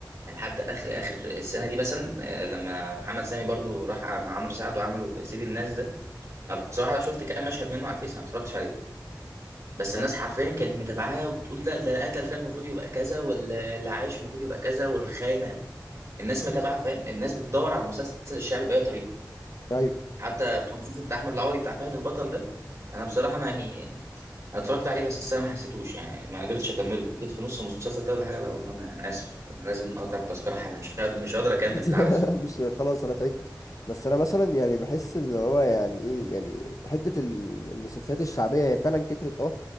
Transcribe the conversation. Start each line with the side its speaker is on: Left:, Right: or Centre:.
Right: يعني لحد اخر اخر السنه دي مثلا آه، لما محمد سامي برضو راح مع عمرو سعد وعملوا سيد الناس ده انا بصراحه شفت كام مشهد منه على الفيس أنا ما اتفرجتش عليه بس الناس
Left: آه.
Right: حرفيا كانت متابعاه وبتقول ده ده اللي قتل ده المفروض يبقى كذا واللي عايش المفروض يبقى كذا والخاينه الناس متابعه فاهم الناس بتدور على المسلسل الشعبي باي طريقه
Left: أيوه
Right: حتى المسلسل بتاع احمد العوضي بتاع فهد البطل ده انا بصراحه ما يعني أنا اتفرجت عليه بس انا ما حسيتوش يعني ما قدرتش اكمله جيت في نص المسلسل ده ولا حاجه لا والله انا انا اسف انا لازم اقطع التذكره حالا مش قادر مش قادر اكمل
Left: <laughs>
Right: العبث ده
Left: مش خلاص انا تعبت بس انا مثلا يعني بحس اللي هو يعني ايه يعني حتة ال- المسلسلات الشعبية هي فعلا كترت اه